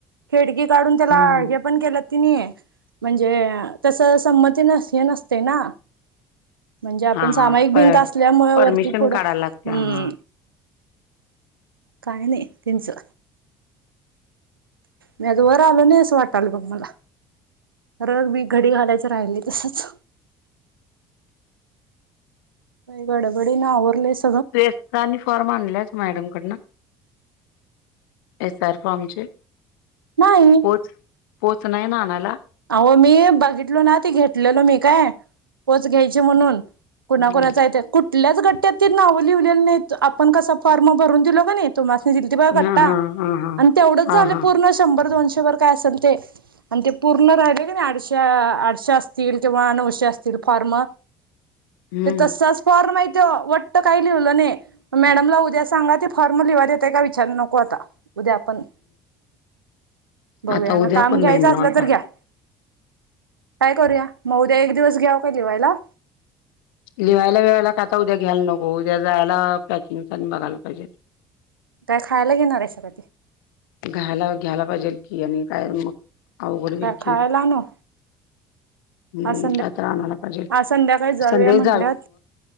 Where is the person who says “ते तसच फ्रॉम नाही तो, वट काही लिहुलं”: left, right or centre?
Right